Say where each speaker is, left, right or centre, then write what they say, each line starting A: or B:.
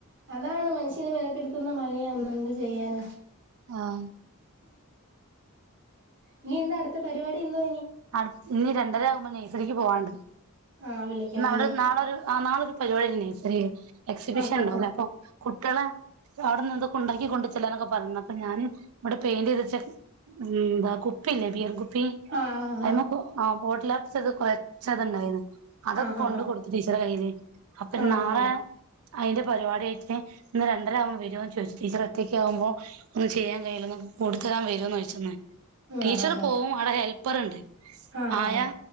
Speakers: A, on the right; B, on the right.
A: അതാണ് മൻസ് <unintelligible> മനക്കെടുത്തുന്ന മഴയാന്നെന്ത് ചെയ്യാന
B: ആഹ്
A: ഇനി എന്താ അടുത്ത പരിപാടിന്ന്
B: അട് ഞ്ഞി രണ്ടരാഉ മ് നൈസറീക്ക് പോവാണ്ട്
A: ആഹ് വിളിക്കണം
B: ന്നവ്ടെ
A: അല്ലേ
B: നാളൊരു ആ നാളരു പ്പ ജോലിണ്ട് നൈസെറീ എക്സിബിഷൻ
A: ആഹ് ആഹ്
B: ണ്ടാവുലെ പ്പൊ കുട്ട്യളെ ന്തൊ അവിടെ നിന്ന് എന്തൊക്കെ ഉണ്ടാക്കി കൊണ്ട് ചെല്ലാനൊക്കെ പറഞ്ഞ അപ്പ ഞാന് ഇവിടെ പെയിന്റ് <unintelligible> മ് ന്താ കുപ്പില്ലേ ബിയൻ കു
A: ആഹ ആ
B: <unintelligible> ആ വോട്ടില ത് കുറച്ചത്ണ്ടായിരുന്നു
A: ആഹ്
B: അതൊക്കെ കൊണ്ട്
A: ആഹ് ആഹ്
B: കൊടുത്തു ടീച്ചറെ കയ്യിയില് അപ്പൊ
A: ആണല്ലേ
B: നാളെ അയിന്റെ പരിപാടി ആയിട്ട് ഇന്ന് രണ്ടര ആകുമോ വരുമോന്ന് ചോദിച്ചു ടീച്ചറ് ഒത്തക്ക് ആവുമ്പോ ഒന്ന ചെയ്യാൻ കഴയില്ല കൂടുലരാൻ വരോന്ന് ചോദിച്ന്ന് ടീച്ചർ
A: ആഹ് ആഹ്
B: പോവും അവിടെ ഹെൽപ് പറണ്ട്
A: ആഹ് ആഹ്
B: ആയാ